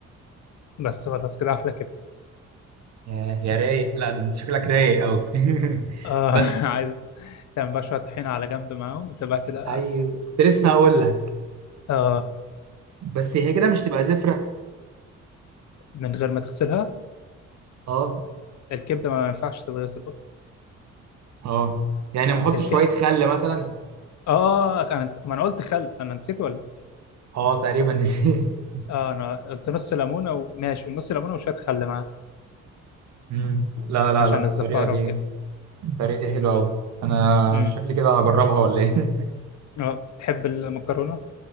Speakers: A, on the left (about 65°); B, on the right (about 65°).
A: بس خلاص كده أحلى كبدة
B: يا يا رايق لا ده انت شكلك رايق قوي <laughs>
A: آه
B: بس
A: <laughs> عايز تعمل بقى شوية طحينة على جنب معاهم تبقى كده
B: ايوه كنت لسه هقول لك
A: آه
B: بس هي كده مش تبقى زفرة
A: من غير ما تغسلها
B: اه
A: الكبدة ما ينفعش تتغسل أصلا
B: اه يعني ما احط
A: الك...
B: شوية خل مثلا
A: اه انا نسيت ما انا قلت خل انا نسيت ولا إيه؟
B: اه تقريبا <laughs> نسيت
A: اه انا قلت نص ليمونه وماشي ونص ليمونه وشويه خل معاه
B: مم. لا لا
A: عشان
B: لا الطريقة
A: الزفاره
B: دي
A: وكده
B: الطريقة دي حلوة أوي أنا
A: امم
B: شكلي كده هجربها ولا إيه
A: اه تحب المكرونه